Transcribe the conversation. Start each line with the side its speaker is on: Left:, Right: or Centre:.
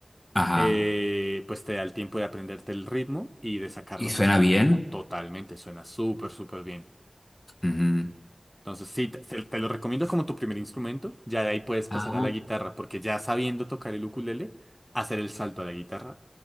Left: Ajá.
Centre: eh, pues te da el tiempo de aprenderte el ritmo y de sacarlo
Left: ¿Y suena
Centre: cantando.
Left: bien?
Centre: Totalmente, suena súper, súper bien.
Left: Ujú.
Centre: Entonces, sí, te, se- te lo recomiendo como tu primer instrumento. Ya de ahí puedes pasar
Left: Ah,
Centre: a la guitarra, porque ya sabiendo tocar el ukulele, hacer el salto a la guitarra